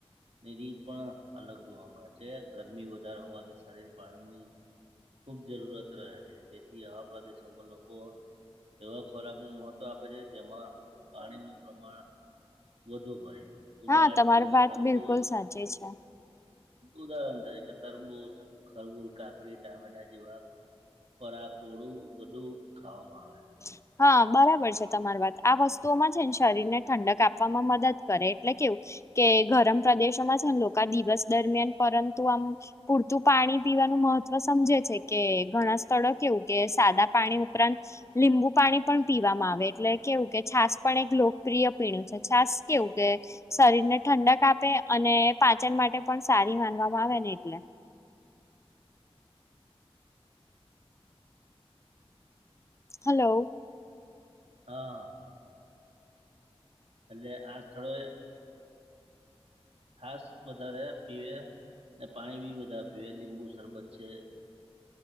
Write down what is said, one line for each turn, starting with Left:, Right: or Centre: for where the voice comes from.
Right: ની રીત પણ અલગ જોવા મળે છે ગરમી વધારે હોવાથી શરીર પાણીની ખૂબ જરૂરત રહે છે તેથી આ પ્રદેશોમાં લોકો એવા ખોરાક નું મોત આપે છે જેમાં પાણીનું પ્રમાણ વધુ હોય ઉદાહરણ
Left: હા તમારી
Right: તરીકે
Left: વાત
Right: તરબૂજ
Left: બિલકુલ સાચી છે.
Right: ઉદાહરણ તરીકે તરબુ જ ખરબૂલ કાકડી ટામેટા જેવા ફરાક ઓડું વધુ ખાવામાં આવે
Left: <unintelligible> હા બરાબર છે તમારી વાત આ વસ્તુઓમાં છે ને શરીર ને ઠંડક આપવામાં મદદ કરે એટલે કેવું કે ગરમ પ્રદેશોમાં છેને લોકા દિવસ દરમિયાન પરંતુ આમ પૂરતું પાણી પીવાનું મહત્વ સમજે છે કે ઘણા સ્થળો કેવું કે સાદા પાણી ઉપરાંત લીંબુ પાણી પણ પીવામાં આવે એટલે કેવું કે છાસ પણ એક લોકપ્રિય પીણું છે છાસ કેવું કે શરીર ને ઠંડક આપે અને પાચન માટે પણ સારી માનવામાં આવે ને એટલે. હલો,
Right: હા એટલે આ સ્થળોએ છાસ વધારે પીવે, ને પાણી બી વધારે પીવે, લીંબુ શરબત છે